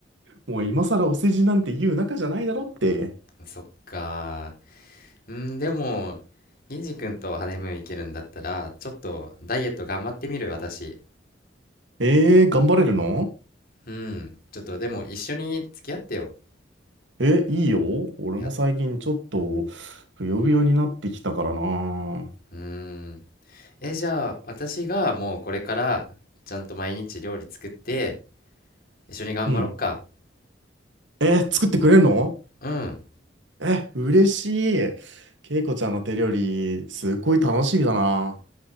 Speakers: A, on the right (about 85°); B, on the left (about 55°).
A: もう今更お世辞なんて言う仲じゃないだろって。
B: そっか。うん、でも、銀次君とハネムーン行けるんだったら、ちょっとダイエット頑張ってみる、私。
A: えー、頑張れるの
B: うん、ちょっとでも一緒に付き合ってよ。
A: え、いいよ。俺も最近ちょっと、
B: や、
A: ぶよぶよになってきたからな。
B: うーん。え、じゃあ、私がもうこれから、ちゃんと毎日料理作って、一緒に頑張ろっか。
A: うん。え、作ってくれんの
B: うん。
A: え、嬉しい。けいこちゃんの手料理、すっごい楽しみだな。